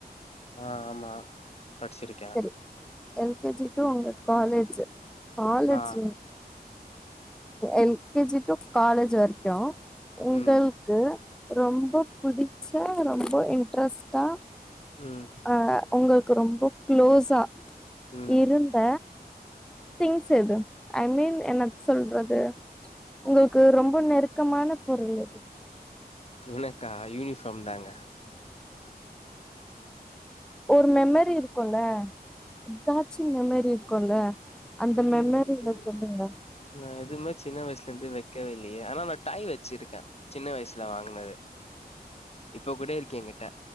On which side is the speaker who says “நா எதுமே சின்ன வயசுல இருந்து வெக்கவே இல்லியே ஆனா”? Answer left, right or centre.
Left